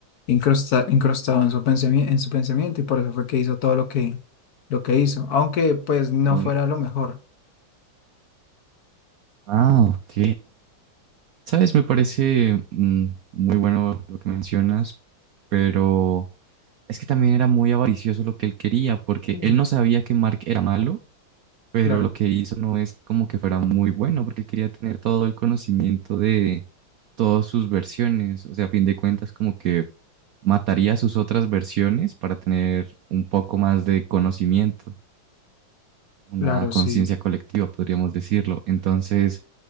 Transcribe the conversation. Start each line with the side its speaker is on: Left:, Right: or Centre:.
Left: incrusta- incrustado en su pensami- en su pensamiento y por eso fue que hizo todo lo que, lo que hizo, aunque pues no
Right: Mm,
Left: fuera lo mejor.
Right: Ah, ok. Sabes, me parece mm, muy bueno lo que mencionas, pero es que también era muy avaricioso lo que él quería, porque
Left: Mm,
Right: él no sabía que Mark era malo. pero
Left: Claro,
Right: lo que hizo no es como que fuera muy bueno, porque quería tener todo el conocimiento de todas sus versiones, o sea, a fin de cuentas como que mataría sus otras versiones para tener un poco más de conocimiento, una
Left: claro,
Right: conciencia
Left: sí.
Right: colectiva, podríamos decirlo. Entonces,